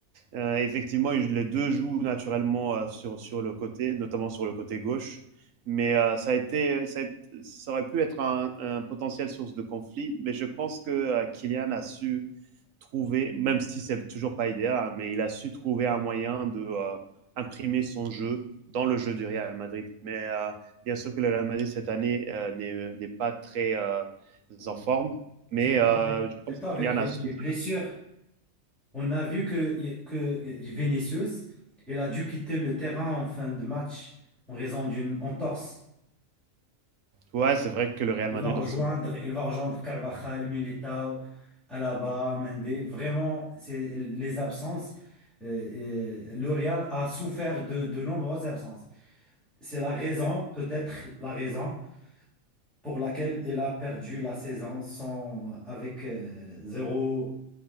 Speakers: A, on the right (about 75°); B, in the centre.
A: euh, effectivement, les deux jouent naturellement euh, sur, sur le côté, notamment sur le côté gauche. Mais euh, ça, a été, ça, a été, ça aurait pu être un, un, potentiel source de conflit. Mais je pense que euh, Kylian a su trouver, même si c'est toujours pas idéal, hein, mais il a su trouver un moyen de euh, imprimer son jeu dans le jeu du Real Madrid. Mais euh, bien sûr que le Real Madrid cette année euh, n'est, euh, n'est pas très euh,
B: Oui.
A: en forme, mais
B: surtout
A: euh,
B: avec,
A: je
B: surtout
A: pense que
B: avec
A: Kylian
B: les,
A: a su.
B: les
A: Ça.
B: blessures. On a vu que, que Vinicius, il a dû quitter le terrain en fin de match en raison d'une entorse.
A: Ouais, c'est vrai que le Real
B: Il
A: Madrid
B: va rejoindre,
A: en ce moment.
B: il va rejoindre Carvajal, Militao, Alaba, Mendy. Vraiment, c'est les absences. euh, euh, le Real a souffert de de nombreuses absences. C'est la raison, peut-être la raison pour laquelle il a perdu la saison sans, avec euh, zéro,